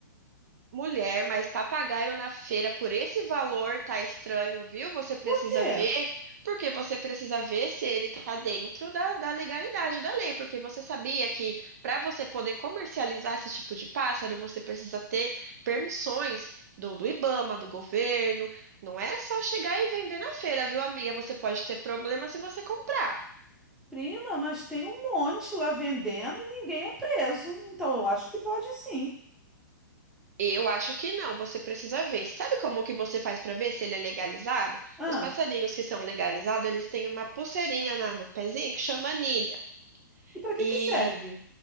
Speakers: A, on the right; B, in the centre.
A: Mulher, mas papagaio na feira por esse valor tá estranho, viu? Você precisa
B: Por quê?
A: ver, porque você precisa ver se ele tá dentro da, da legalidade da lei, porque você sabia que para você poder comercializar esse tipo de pássaro, você precisa ter permissões do, do IBAMA, do governo. Não é só chegar e vender na feira, viu, amiga? Você pode ter problema se você comprar.
B: Prima, mas tem um monte lá vendendo e ninguém é preso. Então eu acho que pode sim.
A: Eu acho que não, você precisa ver. Sabe como que você faz para ver se ele é legalizado?
B: Ah,
A: Os passarinhos que são legalizados, eles têm uma pulseirinha na- no pezinho que chama anilha.
B: e pra que
A: E
B: que serve?